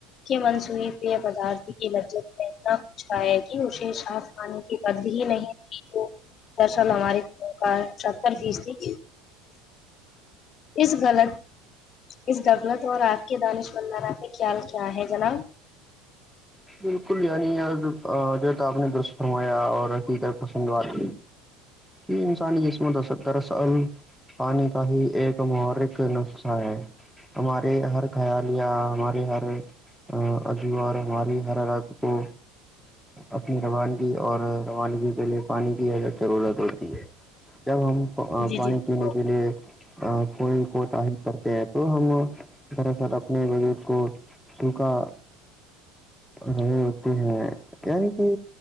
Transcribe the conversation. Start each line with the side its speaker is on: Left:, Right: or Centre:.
Left: کے منسوئیی پی پدارت کی لجب میں اتنا کچھ پایا کہ اسے پانی کی قد بھی نہیں تھی جو درصل ہماری کا ستر فیصد اس غلط اس غغلت اور آپ کے دانش مندانہ پ خیال کیا ہے جناب
Centre: بالکل یعنی جو ہے آپ نے درست فرمایا اور یکر پسند بات کہ انسانی اسسمتس دراصل پانی کا ہی ایک محرک نسخہ ہے ہمارے ہر خیالیہ ہمارے ہر عجو اور ہمارے وہ ہرا رگ کو اپنی روانگی اور روانگی کے لیے پانی کی اجت ضرورت ہوتی ہے جب ہم
Left: جی
Centre: پانی
Left: جی جی
Centre: پینے کے لیے کوئی کوٹی کرتے ہیں تو ہم دراصل اپنے وجود کو تو کا وہ ہوتی ہے ینی کہ